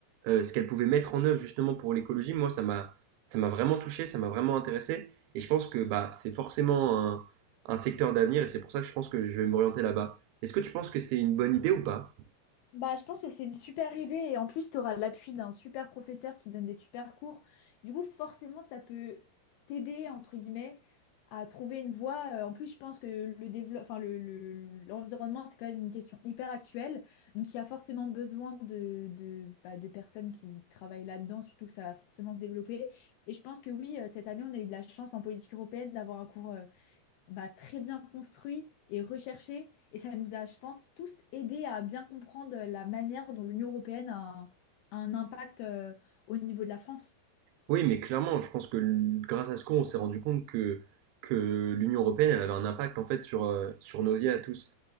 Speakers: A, on the right (about 85°); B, on the left (about 75°).
A: euh, ce qu'elles pouvaient mettre en œuvre justement pour l'écologie, moi ça m'a ça m'a vraiment touché, ça m'a vraiment intéressé. Et je pense que bah, c'est forcément un, un secteur d'avenir et c'est pour ça que je pense que je vais m'orienter là-bas. Est-ce que tu penses que c'est une bonne idée ou pas
B: Bah, je pense que c'est une super idée et en plus, tu auras l'appui d'un super professeur qui donne des super cours. Du coup, forcément, ça peut t'aider, entre guillemets, à trouver une voie. Euh, En plus, je pense que le développe, enfin, le, le- l'environnement, c'est quand même une question hyper actuelle. Donc, il y a forcément besoin de, de, bah, de personnes qui travaillent là-dedans, surtout que ça va forcément se développer. Et je pense que oui, euh, cette année, on a eu de la chance en politique européenne d'avoir un cours. euh, bah, très bien construit et recherché. Et ça nous a, je pense, tous aidés à bien comprendre la manière dont l'Union européenne a un, a un impact euh, au niveau de la France.
A: Oui, mais clairement, je pense que l- grâce à ce qu'on on s'est rendu compte que, que l'Union européenne elle avait un impact en fait sur, euh, sur nos vies à tous.